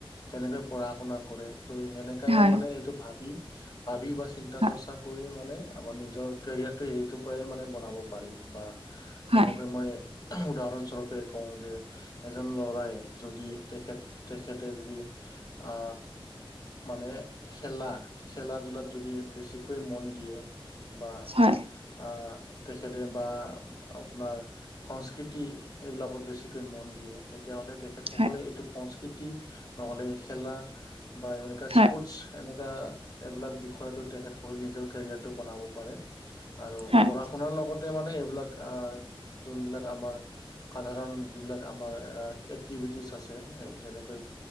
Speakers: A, on the left; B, on the right.
A: কেনেদৰে পঢ়া- শুনা কৰে ত' সেনেকাই
B: হয়
A: মানে এইটো ভাবি, ভাবি বা চিন্তা
B: হয়
A: চৰ্চা কৰি মানে আমাৰ নিজৰ কেৰিয়াৰটো এইটোৰ পৰাই মানে বনাব পাৰি বা
B: হয়
A: যেনেকৈ মই উদাহৰণ স্বৰূপে কওঁ যে এজন ল'ৰাই যদি তেখেত তেখেতে যদি আ মানে খেলা, খেলা-ধূলাত যদি বেছি বেছিকৈ মন দিয়ে বা
B: হয়
A: আ তেখেতে বা আপোনাৰ সংস্কৃতি এইবিলাকত বেছিকৈ মন দিয়ে। তেতিয়াহ'লে তেখেতসকলে
B: হয়
A: এইটো সংস্কৃতি নহ'লে খেলা বা এনেকুৱা
B: হয়
A: স্পৰ্টছ এনেকা এইবিলাক বিষয়তো তেখেত <unintelligible> নিজৰ কেৰিয়াৰটো বনাব পাৰে আৰু
B: হয়
A: পঢ়া-শুনাৰ লগত তে মানে এইবিলাক আ যোনবিলাক আমাৰ সাধাৰণ যিবিলাক আমাৰ এ এক্টিভিটিছ আছে সেইবোৰ তেনেকৈ